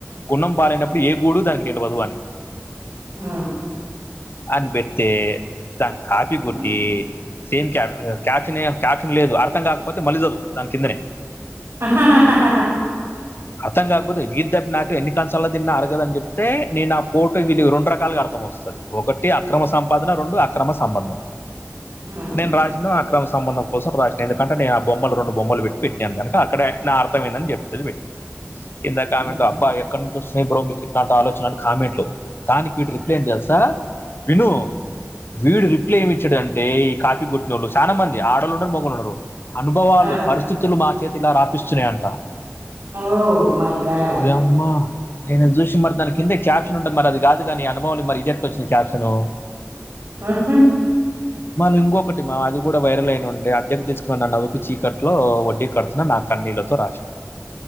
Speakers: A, on the left; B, on the right.
A: గుణం పాలనప్పుడు ఏ గూడు దానికి తేలవదు అని
B: ఆ
A: అని పెడితే దాని కాఫీ
B: హ్మ్
A: కొట్టి సేమ్ క్యాప్ క్యాప్షన్ క్యాప్షన్ లేదు అర్థం కాకపోతే మళ్ళీ చదువు దాని కిందనే
B: <unintelligible>
A: అర్థం కాకపోతే వీళి తబ్బి నాకు ఎన్నిక అంశాల తిన్న అరగదని చెప్తే నేను ఆ ఫోటో వీడియో రెండు రకాలుగా వస్తాది ఒకటి అక్రమ సంపాదన రెండు అక్రమ సంబంధం
B: హ్మ్
A: నేను రాసింద అక్రమ సమా సంబంధం కోసం రాసిన ఎందుకంటే నేను రెండు బొమ్మలు పెట్టి పెట్టినాను కనుక అక్కడ ఎట్లా అర్థం ఏందని చెప్పి పెట్టినాను కింద కామెంట్లు
B: హ్మ్
A: అబ్బా ఎక్కడి నుంచి వస్తున్నాయి బ్రో మీకు ఇట్లా ఆలోచన అని కామెంట్లు దానికి రిప్లై ఏం తెలుసా విను వీడు రిప్లై ఏమి ఇచ్చాడుంటే ఈ కాపీ కొట్టినోళ్ళు చాలా మంది ఆడళ్లు ఉన్నారు మొగోళ్లు ఉన్నారు, అనుభవాలు
B: ఆ
A: పరిస్థితులు మా చేత ఇలా రాపిస్తున్నాయంట
B: ఓ మై గడ్
A: ఓయమ్మా నేను చూసిన మరి దాని కింద క్యాప్షన్ ఉంటాంది మరి అది కాదుగానీ అనుభవలు మరి ఇది ఎట్లవొ చ్చింది క్యాప్షను
B: హహ
A: మాళ్ళ ఇంకొకటి మా అది కూడా వైరల్ అయిన ఉండా అద్దె కి తీసుకున్న అన్న చీకట్లో వడ్డీ కడుతున్నా నా క కనీళ్లతో రాసిన